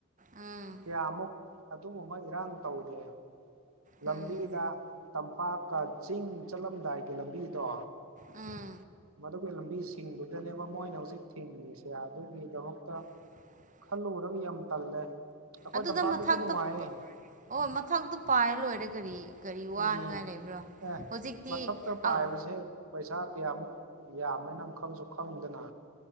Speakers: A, on the right; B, on the right.
A: ꯎꯝ
B: ꯀꯌꯥꯃꯨꯛ ꯑꯗꯨꯒꯨꯝꯕ ꯏꯔꯥꯡ ꯇꯧꯗꯦ ꯂꯝꯕꯤꯗ
A: ꯎꯝ
B: ꯇꯝꯄꯥꯛꯀ ꯆꯤꯡ ꯆꯠꯂꯝꯗꯥꯏꯒꯤ ꯂꯝꯕꯤꯗꯣ
A: ꯎꯝ
B: ꯃꯗꯨꯒꯤ ꯂꯝꯕꯤ ꯁꯤꯡꯕꯗꯨꯅꯦꯕ ꯃꯣꯏꯅ ꯍꯧꯖꯤꯛ ꯊꯤꯡꯉꯁꯦ ꯑꯗꯨꯒꯤꯗꯃꯛꯇ
A: <unintelligible>
B: ꯈꯜꯂꯨꯔꯒ ꯌꯥꯝ ꯇꯜꯂꯦ ꯑꯩꯈꯣꯏ
A: ꯑꯗꯨꯗ
B: ꯇꯝꯄꯥꯛꯇꯗꯤ
A: ꯃꯊꯛꯇ
B: ꯅꯨꯡꯉꯥꯏꯌꯦ
A: ꯄꯥꯏ ꯑꯣ ꯃꯊꯛꯇꯣ ꯄꯥꯏꯔ ꯂꯣꯏꯔꯦ ꯀꯔꯤ ꯀꯔꯤ ꯋꯥꯅꯤꯡꯉꯥꯏ
B: ꯎꯝ
A: ꯂꯩꯕ꯭ꯔꯣ
B: ꯑꯦ
A: ꯍꯧꯖꯤꯛꯇꯤ
B: ꯃꯊꯛꯇ ꯄꯥꯏꯕꯁꯦ
A: ꯑꯥ
B: ꯑꯦ ꯄꯩꯁꯥ ꯀꯌꯥꯃꯨꯛ ꯌꯥꯝꯃꯦ ꯅꯪ ꯈꯪꯁꯨ ꯈꯪꯗꯅ